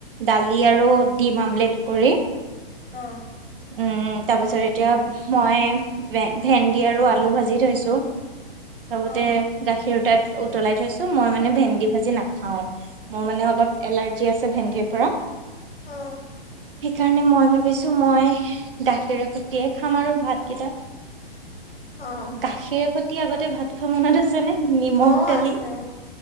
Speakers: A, on the right (about 65°); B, on the left (about 70°).
A: দালি আৰু ডিম অমলেট কৰি
B: অ
A: উম্ হম্ তাৰ পিছত এতিয়া মই ভে -ভেন্দি আৰু আলু ভাজি থৈছো। লগতে
B: অ
A: গাখীৰ তাত উতলাই থৈছো। মই মানে ভেন্দি ভাজি নাখাও। মোৰ মানে অলপ এলাৰ্জি আছে ভেন্দিৰ পৰা।
B: অ
A: সেইকাৰণে মই ভাবিছো মই গাখীৰ সতিয়ে খাম আৰু ভাতকেইটা
B: অ
A: গাখীৰ শতিয়ে আগতে ভাত তোৰ মনত আছে নে নিমখ
B: অ
A: দালি
B: আছে